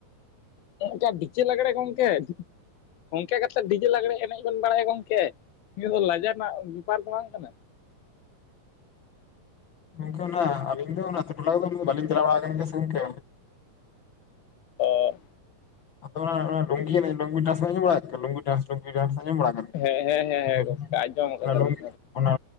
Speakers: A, on the left (about 85°); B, on the left (about 65°).
A: ᱜᱚᱢᱠᱮ ᱵᱤᱪᱮ ᱞᱟᱜᱽᱲᱮ ᱜᱚᱢᱠᱮ᱾ ᱜᱚᱢᱠᱮ ᱠᱟᱛᱮᱫ ᱰᱤᱡᱮ ᱞᱟᱜᱽᱲᱮ ᱮᱱᱮᱡ ᱵᱮᱱ ᱵᱟᱲᱟᱭᱟ ᱜᱚᱝᱠᱮ, ᱱᱤᱭᱟᱹ ᱫᱚ ᱞᱟᱡᱟᱣ ᱨᱮᱱᱟᱜ ᱵᱮᱯᱟᱨ ᱫᱚ ᱵᱟᱝ ᱠᱟᱱᱟ᱾
B: ᱜᱚᱝᱠᱮ ᱚᱱᱟ ᱟᱞᱤᱧ ᱫᱚ ᱚᱱᱟ ᱟᱹᱛᱳ ᱴᱚᱞᱟ ᱫᱚ ᱵᱟᱹᱞᱤᱧ ᱪᱟᱞᱟᱣ ᱵᱟᱲᱟ ᱟᱠᱟᱱ ᱜᱮᱭᱟ ᱥᱮ ᱜᱚᱝᱠᱮ᱾
A: ᱚᱜ
B: ᱟᱫᱚ ᱚᱱᱟ ᱞᱩᱝᱜᱤ ᱮᱱᱮᱪ ᱞᱩᱝᱜᱤ ᱰᱟᱱᱥ ᱟᱡᱚᱢ ᱵᱟᱲᱟ ᱟᱠᱟᱫᱟ ᱞᱩᱝᱜᱤ ᱰᱮᱱᱥ ᱞᱩᱝᱜᱤ ᱰᱮᱱᱥ ᱟᱡᱚᱢ ᱵᱟᱲᱟ
A: ᱦᱮᱸ ᱦᱮᱸ ᱦᱮᱸ ᱦᱮᱸ ᱜᱚᱝᱠᱮ
B: <inaudible>
A: ᱟᱸᱡᱚᱢ ᱠᱟᱫᱟᱞᱤᱧ
B: ᱚᱱᱟ ᱞᱩᱝᱜᱤ ᱾ ᱚᱱᱟ